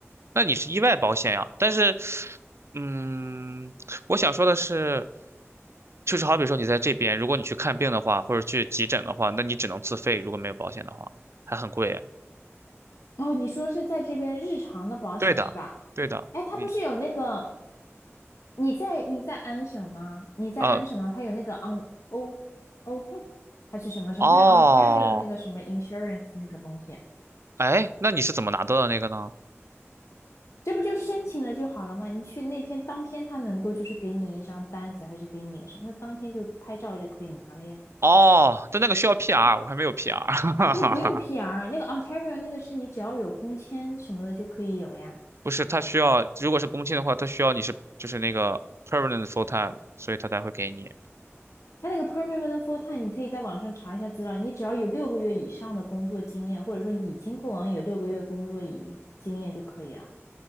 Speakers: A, on the right (about 65°); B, on the left (about 80°).
A: 那你是意外保险呀？但是，嗯，我想说的是，就是好比说你在这边，如果你去看病的话，或者去急诊的话，那你只能自费，如果没有保险的话，还很贵。
B: 哦，你说是在这边日常的保险是吧？
A: 对的，对的，
B: 哎，它不是有那个，
A: 你
B: 你在你在安省吗？你在安省的话，
A: 呃，
B: 它有那个 on O O H I P 还是什么什么，
A: 哦，
B: 它有 Ontario 那个什么 insurance 那个东西。
A: 哎，那你是怎么拿到的那个呢？
B: 这不就申请了就好了吗？你去那天当天，他能够就是给你一张单子，还是给你一个什么？他当天就拍照就可以拿了呀。
A: 哦，但那个需要 PR，我还没有 PR，
B: 那个不用 PR，那个 Ontario 那个是你只要有工签什么的就可以有呀。
A: <laughs> 不是，他需要，如果是工签的话，他需要你是就是那个 permanent full time，所以他才会给你。
B: 他那个 Permanent Full Time，你可以在网上查一下资料，你只要有六个月以上的工作经验，或者说已经过往有六个月工作以经验就可以了。